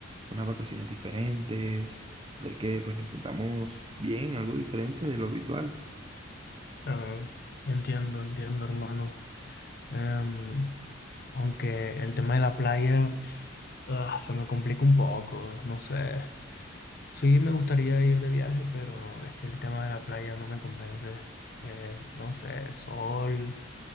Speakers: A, on the right; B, on the left.
A: unas vacaciones diferentes, hacer que pues nos sentamos bien, algo diferente de lo habitual.
B: Ah, entiendo, entiendo, hermano. Em, aunque el tema de la playa, ah, se me complica un poco, no sé. Sí, me gustaría ir de viaje, pero es que el tema de la playa no me convence. Eh, no sé, sol,